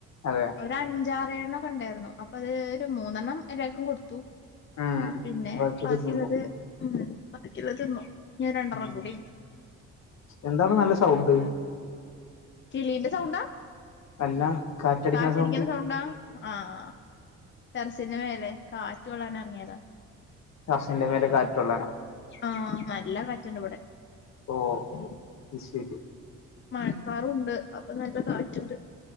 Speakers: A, on the left; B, on the left.
A: അതെ.
B: ഒര് അഞ്ചാറെ ഏഴെണ്ണം ഒക്കെ ഉണ്ടായിരുന്നു അപ്പ അത് ഒരു മൂന്നെണ്ണം എല്ലാർക്കും കൊടുത്തു.
A: ഉം
B: പിന്നെ
A: ബാക്കിയൊക്കെ
B: ബാക്കിയുള്ളത്
A: തിന്നും
B: ഉം ബാക്കിയുള്ളത് തിന്നു ഇനി രണ്ടെണ്ണം
A: ഉം
B: കൂടി ഉണ്ട്.
A: എന്താണ് നല്ല സൗണ്ട്.
B: കിളീന്റെ സൗണ്ടാ
A: നല്ല
B: കാറ്റടിക്കണ
A: സൗണ്ട്
B: സൗണ്ടാ ആഹ്. ടെറസിന്റെ മേലെ കാറ്റ് കൊള്ളാൻ ഇറങ്ങിയതാ.
A: ടെറസിന്റെ മേലെ കാറ്റു കൊള്ളാനോ.
B: ആഹ് നല്ല കാറ്റുണ്ട് ഇവിടെ.
A: ഓ അത് ശരി
B: മഴക്കാറുണ്ട് അപ്പൊ നല്ല കാറ്റുണ്ട്